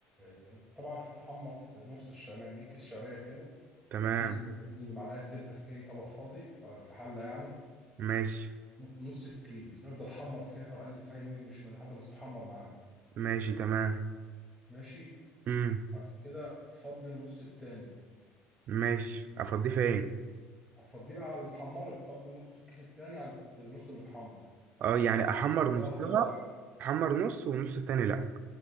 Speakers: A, in the centre; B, on the right.
A: يعني طبعا هتحمص نص الشعرية هتجيب كيس شعرية كده
B: تمام
A: انزل ب- انزل بمعلقة زبدة في أي طبق فاضي آه، في حلة يعني
B: ماشي
A: نص الكيس افضل حمر فيها وقلب فيها يمين وشمال لحد ما تتحمر معاه
B: ماشي تمام
A: ماشي
B: امم
A: بعد كده فضي النص التاني
B: ماشي افضيه فين
A: هتفضيه بقى على اللي اتحمر تفضي نص الكيس التاني على الت- النص اللي اتحمر
B: اه يعني احمر
A: اه
B: نصها
A: واحدة وواحدة
B: احمر نص والنص التاني لا